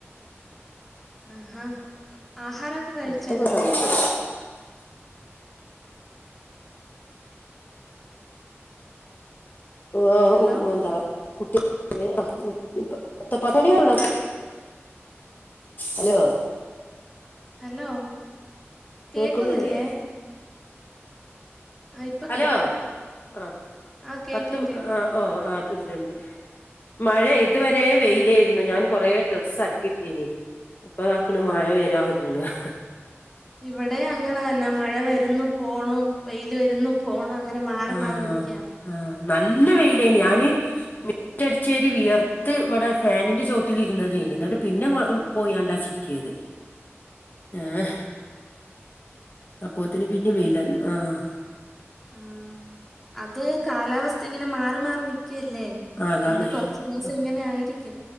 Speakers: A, in the centre; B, on the left.
A: ആഹാ ആഹാരൊക്കെ കഴിച്ചായിരുന്നോ
B: അടുത്തൊക്കെ കഴിഞ്ഞു ആ
A: ഹലോ
B: ഓ വന്താ കുട്ടി ആ പത്ത പത്ത മണി വരെള്ളൂ ഹലോ
A: ഹലോ കേക്കുന്നില്ലേ
B: കേക്ക്ണില്ലേ
A: ആഹ് ഇപ്പൊ
B: ഹലോ
A: കേക്കാം
B: ആ
A: ആഹ് കേക്കാം
B: പത്തും
A: കേക്കാം
B: ആ ഓ ആ കിണ്ട്ണ്ട് മഴ ഇതുവരെ വെയിലായിരുന്നു ഞാൻ കൊറെ ഡ്രസ്സ് അലക്കിട്ടീനി ഇപ്പൊതാക്കണ മഴ വരാ ഒരുങ്ങഹ
A: ഇവിടെ അങ്ങനെ തന്നെ മഴ വരുന്നു പോണു വെയിൽ വരുന്നു പോണു അങ്ങനെ മാറി
B: ആഹ
A: മാറി നിക്ക്യാ
B: ആഹ നല്ല വെയിലേ ഞാന് മിറ്റ അടി ച്ചേരി വിയർത്ത് ഇവിടെ ഫാനിൻന്റെ ചോട്ടിലിരുന്നതനി എന്നോട്ട് പിന്നെ പോയണ്ടാ ചിക്കിയത് ആഹ അപ്പോത്തിന് പിന്നെ വെയില് ആഹ്
A: ആഹ അത് കാലാവസ്ഥ ഇങ്ങനെ മാറി മാറി നിക്കല്ലേ
B: ആഹ് അതാണ്
A: ഇനി കൊറച്ച് ദിവസം
B: ആ,
A: ഇങ്ങനെ ആയിരിക്കും